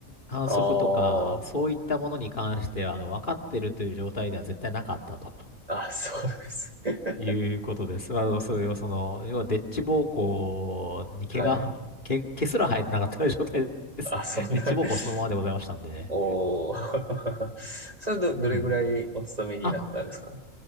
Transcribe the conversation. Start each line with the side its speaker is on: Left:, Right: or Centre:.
Left: 反則とか、
Right: あ
Left: そういったものに関して、あの、分かってるという状態では絶対なかったと
Right: あ。あ、そうです。<laughs>
Left: いうことです。まあの、それをその、要は、デッチ暴行に毛が、
Right: はい。
Left: 毛、毛すら生えてなかった状態ですね。
Right: あ、そんな。
Left: <laughs> デッチ暴行そのままでございましたんで。
Right: <laughs> おー。<laughs> それど、
Left: うん。
Right: どれぐらいお勤めになったんですか
Left: あ、